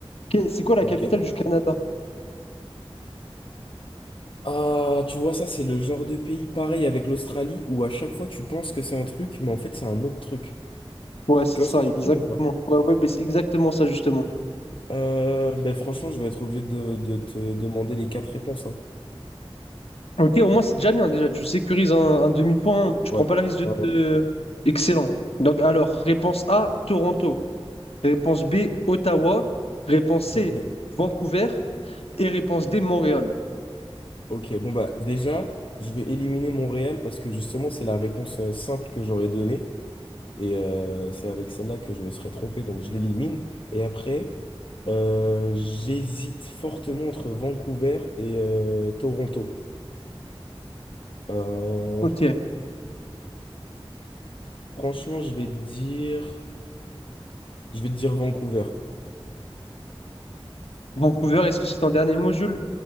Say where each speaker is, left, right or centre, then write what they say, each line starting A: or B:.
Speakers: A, on the left (about 80°); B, on the left (about 60°).
A: Que- C'est quoi la
B: Ok.
A: capitale du Canada?
B: Ah, tu vois, ça, c'est le genre de pays pareil avec l'Australie où à chaque fois tu penses que c'est un truc, mais en fait, c'est un autre truc.
A: Ouais, c'est
B: Tu vois
A: ça,
B: ce que je
A: exactement.
B: veux dire ou pas?
A: Ouais, ouais, ben c'est exactement ça, justement.
B: Euh, ben, franchement, je vais être obligé de, de te demander les quatre réponses. hein.
A: Ok, au moins, c'est déjà bien, déjà. Tu sécurises un, un demi-point, tu prends
B: Ouais.
A: pas le risque de
B: Ouais, ouais.
A: te... Excellent. Donc, alors, réponse A, Toronto. Réponse B, Ottawa. Réponse C,
B: Ok.
A: Vancouver. Et réponse D, Montréal.
B: Ok. Bon, bah, déjà, je vais éliminer Montréal parce que justement, c'est la réponse euh, simple que j'aurais donnée. Et euh, c'est avec celle-là que je me serais trompé, donc je l'élimine. Et après, euh, j'hésite fortement entre Vancouver et euh, Toronto. Euh,
A: Ok.
B: Franchement, je vais te dire, je vais te dire Vancouver.
A: Vancouver, est-ce que c'est ton dernier mot, Jules?